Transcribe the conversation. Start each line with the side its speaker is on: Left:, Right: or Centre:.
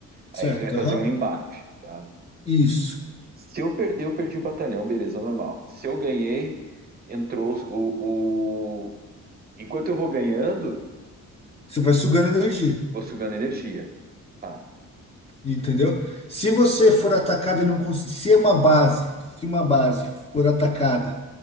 Right: Aí
Left: Certo,
Right: a gente vai fazer
Left: aham.
Right: um embate, tá?
Left: Isso.
Right: Se eu perder, eu perdi o batalhão, beleza, normal. Se eu ganhei, entrou o, o... Enquanto eu vou ganhando,
Left: Você vai sugando energia.
Right: eu vou sugando energia. Tá,
Left: Entendeu? Se você for atacado e não conseguir, se é uma base, se uma base for atacada